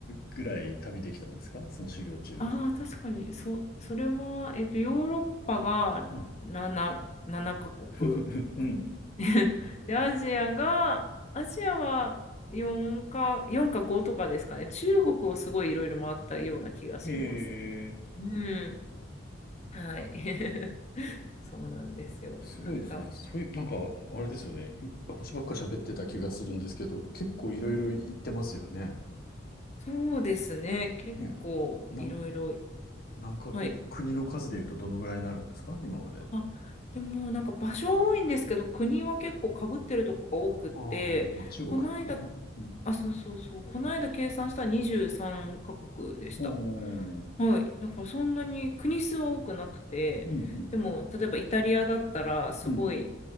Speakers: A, on the left (about 50°); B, on the left (about 35°).
A: ぐらい旅できたんですかその修行中は。
B: ああ、確かに、そ、それは、えっと、ヨーロッパが7、
A: うん。
B: 7カ国。
A: <laughs> うん。
B: <laughs> で、アジアが、アジアは4か、4か5とかですかね。中国をすごいいろいろ回ったような気がします。
A: へえ。
B: うん。はい。<laughs> そうなんですよ。
A: すごいですね。
B: なんか、
A: そういう、なんか、あれですよね。い私ばっか喋ってた気がするんですけど、結構いろいろ言ってますよね。
B: そうですね。結構いろいろ行ってます。
A: ねえ。なん、なんかこう、
B: はい。
A: 国の数で言うとどのぐらいになるんですか今まで。
B: あ、でもなんか場所は多いんですけど、国は結構かぶってるとこが多くって、
A: ああ、まあ中国とかね。
B: この間
A: うん。
B: あ、そうそうそう。この間計算したら23カ国でした。
A: おー。
B: はい。だからそんなに国数は多くなくて、
A: うん、う
B: でも例えばイタリアだったらすごい
A: ん、うん。